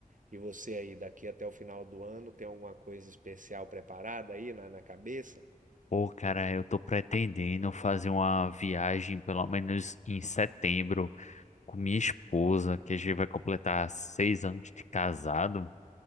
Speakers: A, on the right; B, on the left.
A: E você aí, daqui até o final do ano, tem alguma coisa especial preparada aí na, na cabeça?
B: Pô, cara, eu tô pretendendo fazer uma viagem, pelo menos em setembro, com minha esposa, que a gente vai completar seis anos de casado.